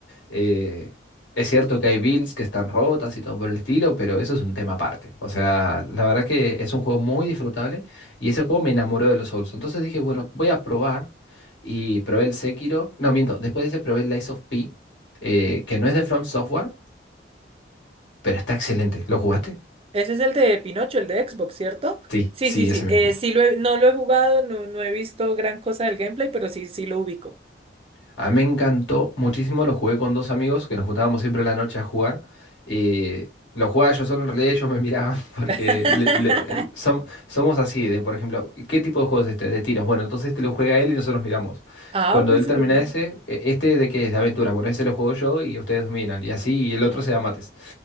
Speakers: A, on the left; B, on the right.
A: Eh, es cierto que hay builds que están rotas y todo por el estilo, pero eso es un tema aparte. O sea, la verdad que es un juego muy disfrutable y ese juego me enamoró de los Souls. Entonces dije, bueno, voy a probar y probé el Sekiro. No, miento, después de ese probé el Lies of P, eh, que no es de From Software, pero está excelente. ¿Lo jugaste?
B: Ese es el de Pinocho, el de Xbox, ¿cierto?
A: Sí,
B: Sí,
A: sí,
B: sí, sí.
A: ese mismo.
B: eh, sí lo he- no lo he jugado, no, no he visto gran cosa del gameplay, pero sí, sí lo ubico.
A: A mí me encantó muchísimo, lo jugué con dos amigos que nos juntábamos siempre en la noche a jugar. eh, lo jugaba yo solo, en realidad ellos me miraban <laughs> porque
B: <laughs>
A: le- le- el- som- somos así, de por ejemplo, ¿qué tipo de juego es este? De tiros. Bueno, entonces este lo juega él y nosotros miramos.
B: Ah,
A: Cuando
B: ok,
A: él
B: súper
A: termina
B: bien.
A: ese, "E- este de qué es, de aventura. Bueno, ese lo juego yo y ustedes miran. Y así, y el
B: No.
A: otro se da mates.